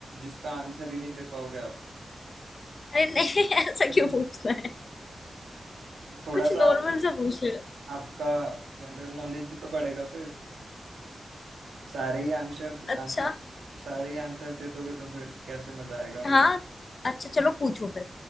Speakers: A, on the right; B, on the left.
A: जिसका आंसर ही नहीं दे पाओगे आप
B: अरे नहीं <laughs> ऐसा
A: <laughs>
B: क्यों पूछना है
A: थोड़ा
B: कुछ
A: सा
B: नॉर्मल
A: आप
B: सा पूछ रहे हो।
A: आपका जनरल नॉलेज भी तो बढ़ेगा फिर सारे ही आंसर
B: अच्छा
A: आंसर सारे ही आंसर दे दोगे तो फिर कैसे मजा आएगा
B: हाँ अच्छा चलो पूछो फिर